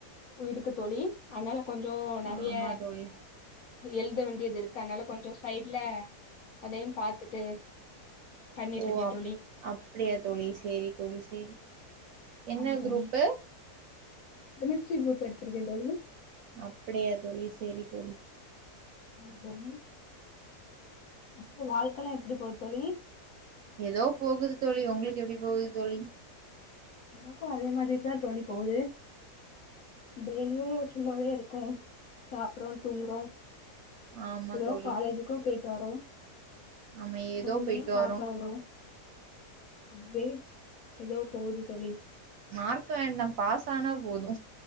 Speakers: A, on the left (about 60°); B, on the right (about 65°).
A: இருக்கு தோழி அத்னால கொஞ்சோ நெறைய
B: ஆமா தோழி
A: எழுத வேண்டியதுருக்கு அத்னால கொஞ்சோ சைடு்ல அதையு பாத்துட்டு பண்ணிட்டு
B: ஓ
A: இருக்கே
B: அப்
A: தோழி
B: அப்பிடியா தோழி சேரி தோழி சேரி என்ன
A: ஆமா தோழி
B: குரூப்பு
A: கேமிஸ்ட்ரி குரூப் எடுத்துருக்கே தோழி
B: அப்பிடியா தோழி சேரி தோழி
A: ஆமா தோழி உங்க வாழ்க்கல்லா எப்பிடி போத் தோழி
B: எதோ போகுது தோழி உங்களுக் எப்டி போகுது தோழி
A: எனக்கு அதே மாதிரி தா தோழி போகுது டெய்லியு சும்மாவே இருக்கோ சாப்ட்றோ தூங்குறோ
B: ஆமா
A: எதோ
B: தோழி
A: காலேஜுக்கு போய்ட்டு வரோ
B: ஆமா ஏதோ
A: செம்லயு
B: போயிட்டு
A: பாஸ்
B: வரோ
A: ஆகறோ அப்டே எதோ போகுது தோழி
B: மார்க்கு வேண்டா பாஸ் ஆனா போது